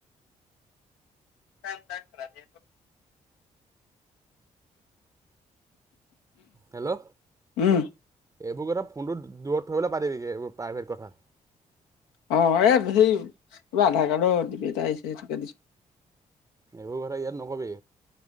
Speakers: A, on the left; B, on the right.
A: <unintelligible>
B: হেল্ল'ও
A: উম
B: এইবোৰ কথা ফোনটো দূৰত থৈ পেলালৈ পাতিবিগে, এইবোৰ প্ৰাইভেট কথা।
A: অ' ৰে সেই কিবা আধাৰ কাৰ্ডৰ অ' টি পি এটা আহিছে সেইটোকে দিছো।
B: এইবোৰ কথা ইয়াত নকবি।